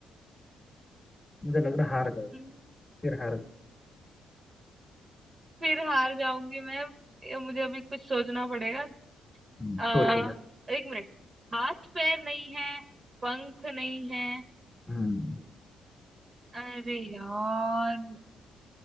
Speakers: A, on the left; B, on the right.
A: मुझे लग रहा हार जाओगे
B: हम्म,
A: फिर हार
B: फिर हार जाऊंगी मैं ये मुझे अभी कुछ सोचना पड़ेगा
A: हम्म,
B: आ,
A: सोच अम, लो
B: एक मिनट हाथ पैर नहीं है पंख नहीं है
A: हम्म
B: अरे यार